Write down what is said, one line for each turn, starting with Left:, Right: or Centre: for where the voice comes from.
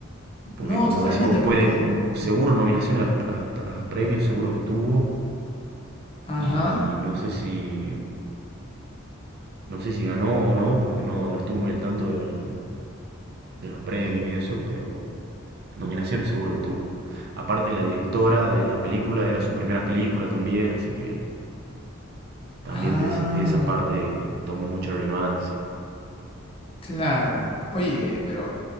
Right: porque
Left: no,
Right: como
Left: totalmente,
Right: decís vos,
Left: porque,
Right: puede, mm, seguro nominaciones a, a- a premios, seguro que tuvo,
Left: ajá,
Right: y no sé si, no sé si ganó o no, porque no, no estuvo muy al tanto del- de los premios y eso, pero nominaciones seguro que tuvo. Aparte, la directora de la película era su primera película también, así que también
Left: ah.
Right: de, ese- de esa parte tomó mucha relevancia.
Left: Claro. Oye, pero